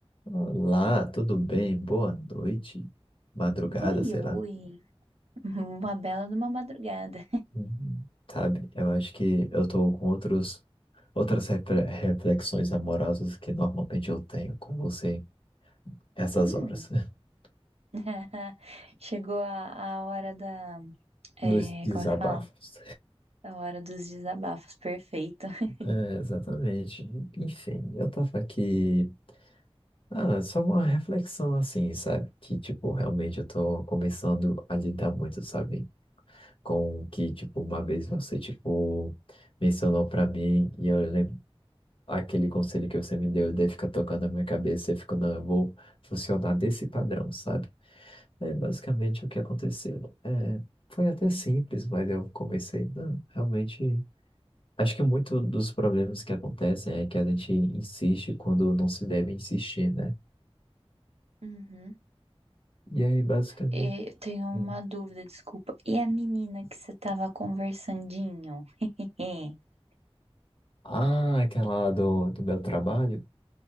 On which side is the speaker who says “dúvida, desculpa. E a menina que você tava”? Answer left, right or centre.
Right